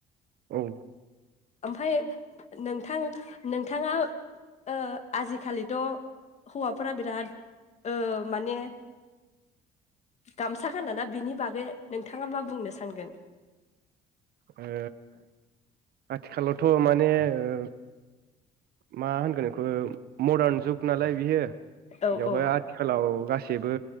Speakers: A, on the right; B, on the left.
A: औ
B: ओमफ्राय नोंथां नोंथाङा ओ आजिखालिथ' हौवाफोरा बिराद ओ माने गामसा गानाना बेनि बागै नोंथाङा मा बुंनो सानगोन
A: ओ आथिखालावथ' माने ओ मा होनगोन बेखौ मदार्न जुग नालाय बियो
B: औ
A: बेवहाय
B: औ
A: आथिखालाव गासिबो